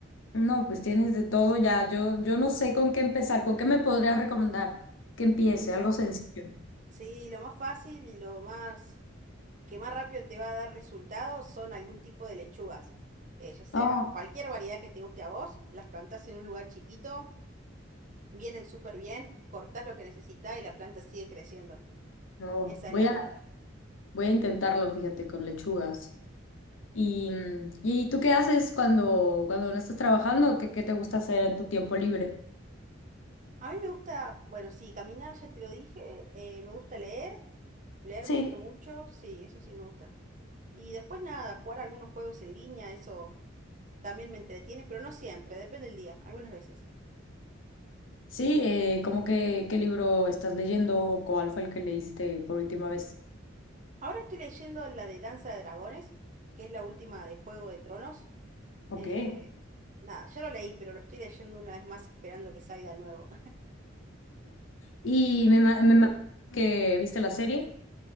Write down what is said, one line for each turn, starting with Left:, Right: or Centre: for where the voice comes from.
Left: No, pues tienes de todo ya. Yo, yo no sé con qué empezar, con qué me podrías recomendar que empiece,
Right: Lo,
Left: algo sencillo.
Right: sí, lo más fácil y lo más que más rápido te va a dar resultados son algún tipo de lechugas. Eh, ya sea
Left: Oh,
Right: cualquier variedad que te guste a vos, las plantás en un lugar chiquito vienen súper bien, cortás lo que necesitas y la planta sigue creciendo.
Left: No,
Right: Esa
Left: voy
Right: es la
Left: a,
Right: posta.
Left: voy a intentarlo, fíjate, con lechugas. ¿Y, mm, ¿y tú qué haces cuando, cuando no estás trabajando? ¿Qué, qué te gusta hacer en tu tiempo libre?
Right: A mí me gusta, bueno, sí, caminar, ya te lo dije, eh, me gusta leer, leer
Left: Sí,
Right: me gusta mucho, sí, eso sí me gusta. Y después nada, jugar algunos juegos en línea, eso también me entretiene, pero no siempre, depende del día, algunas veces.
Left: sí, eh, ¿cómo que qué libro estás leyendo o cuál fue el que leíste por última vez?
Right: Ahora estoy leyendo la de Danza de Dragones, que es la última de Juego de Tronos.
Left: Ok.
Right: eh, nada, ya lo leí, pero lo estoy leyendo una vez más esperando que salga el nuevo.
Left: Y me, ma- me ma- que viste la serie.